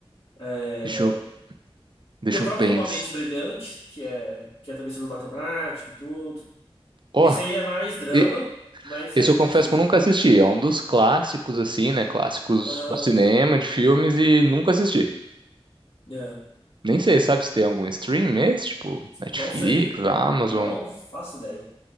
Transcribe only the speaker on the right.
Deixa eu, deixa
eu pensar.
Ó,
e-
esse
eu confesso que eu nunca assisti. É um dos clássicos, assim, né? Clássicos
do cinema,
de filmes, e nunca assisti.
Nem sei, sabe se tem algum stream esse? Tipo, Netflix,
Amazon.